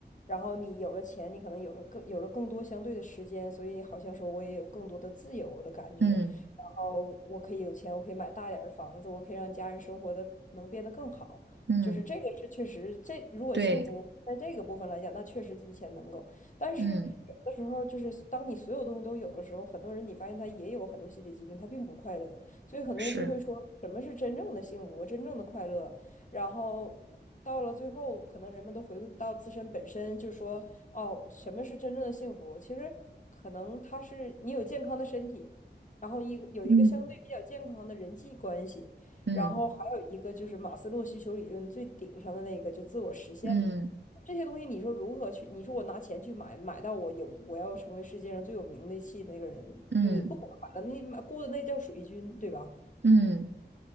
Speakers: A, on the left; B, on the right.
A: 然后你有了钱，你可能有了更有了更多相对的时间，所以好像说我也有更多的自由的感觉。
B: 嗯
A: 然后我可以有钱，我可以买大点儿的房子，我可以让家人生活的能变得更好。
B: 嗯，
A: 就是这个是确实，这如果幸福在这个部分来讲，
B: 对，
A: 那确实金钱能够。但是有的时候，
B: 嗯
A: 就是当你所有东西都有的时候，很多人你发现他也有很多心理疾病，他并不快乐。所以很多人就会说，
B: 是，
A: 什么是真正的幸福，真正的快乐？然后到了最后，可能人们都回归到自身本身，就说，哦，什么是真正的幸福？其实可能他是你有健康的身体，然后一个有一个相对比较健康的人际关系，
B: 嗯嗯
A: 然后还有一个就是马斯洛需求理论最顶上的那个，就自我实现嘛。
B: 嗯
A: 这些东西，你说如何去？你说我拿钱去买，买到我有我要成为世界上最有名的气的那个人，
B: 嗯
A: 你不可能买到，你买雇的那叫水军，对吧？
B: 嗯，